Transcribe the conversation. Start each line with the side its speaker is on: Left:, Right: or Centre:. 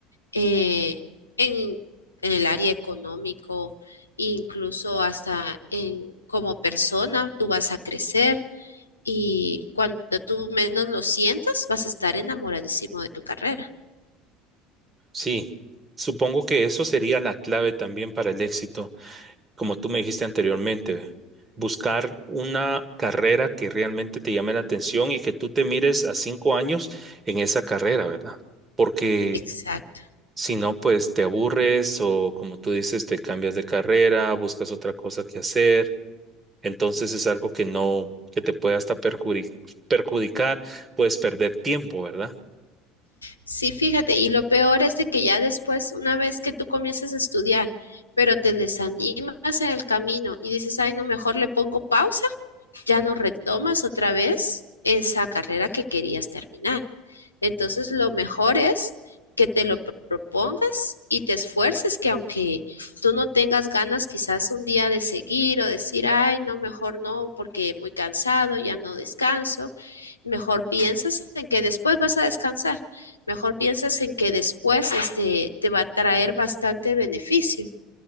Left: eh, en, en el área económico, incluso hasta en como persona, tú vas a crecer y cuando tú menos lo sientas, vas a estar enamoradísimo de tu carrera.
Right: Sí, supongo que eso sería la clave también para el éxito, como tú me dijiste anteriormente. Buscar una carrera que realmente te llame la atención y que tú te mires a cinco años en esa carrera, ¿verdad? Porque
Left: Exacto.
Right: Si no, pues te aburres o como tú dices, te cambias de carrera, buscas otra cosa que hacer. Entonces es algo que no, que te puede hasta perjuri- perjudicar, puedes perder tiempo, ¿verdad?
Left: Sí, fíjate, y lo peor es de que ya después, una vez que tú comienzas a estudiar, pero te desanimas en el camino y dices, ay, no, mejor le pongo pausa, ya no retomas otra vez esa carrera que querías terminar. Entonces, lo mejor es que te lo pro- propongas y te esfuerces, que aunque tú no tengas ganas quizás un día de seguir o decir, ay, no, mejor no, porque muy cansado, ya no descanso, mejor piensas en que después vas a descansar, mejor piensas en que después este te va a traer bastante beneficio.